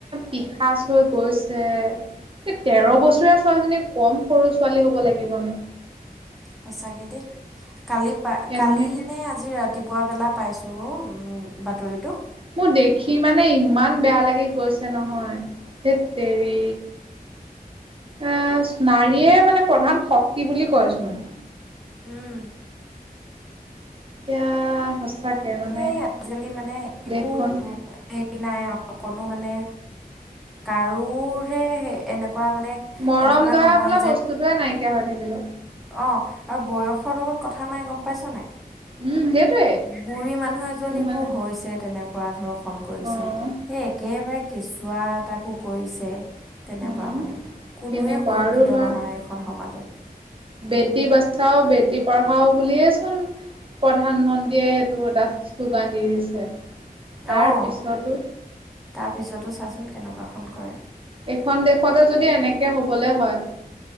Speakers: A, on the right; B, in the centre.
A: পিশাচ হৈ গৈছে, তেৰ বছৰীয়া ছোৱালীজনী কম সৰু ছোৱালী হ'ব লাগিব নে।
B: সঁচাকে দেই কালি প
A: কেনে
B: কালি নে আজি ৰাতিপুৱা বেলা পাইছোঁ বাতৰিটো
A: মোৰ দেখি মানে ইমান বেয়া লাগি গৈছে নহয়। ধেততেৰী এ নাৰীয়ে মানে প্ৰধান শক্তি বুলি কয়চোন।
B: উম।
A: <inaudible> মানে
B: এই আজিকালি মানে একো
A: দেশখন
B: হেৰি নাই অকণো মানে কাৰোৰহে সে এনেকুৱা মানে
A: মৰম-দয়া
B: এনেকুৱা নহয়
A: বোলা বস্তুটোৱে নাইকিয়া হৈ থাকিল অ।
B: অঁ, আৰু বয়সৰ লগত কথা নাই গম পাইছো নাই?
A: উম সেইটোৱে
B: বুঢ়ী মানুহ এজনীকো
A: তোৰ মানে
B: হৈছে তেনেকুৱা ধৰক ষন কৰিছে
A: অ'।
B: সেই একেবাৰে কেঁচুৱা এটাকো কৰিছে। তেনেকুৱা
A: উম
B: মানে কোনোৱে
A: তেনেকুৱা
B: সুৰক্ষিত
A: আৰু ধৰ
B: নহয় এইখন সমাজত।
A: বেটি বাচাও বেটি পঢ়াও বুলিয়ে চোন প্ৰধানমন্ত্ৰীয়ে সেইটো এটা শ্লোগান দি দিছে। তাৰ
B: অ'।
A: পিছতো
B: তাৰপিছতো চাচোন কেনেকুৱাখন কৰে।
A: এখন দেশতে যদি এনেকে হবলে হয়।